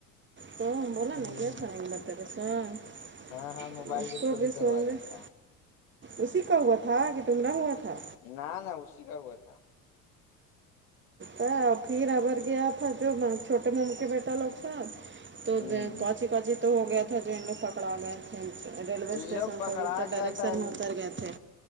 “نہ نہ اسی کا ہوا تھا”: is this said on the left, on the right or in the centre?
Left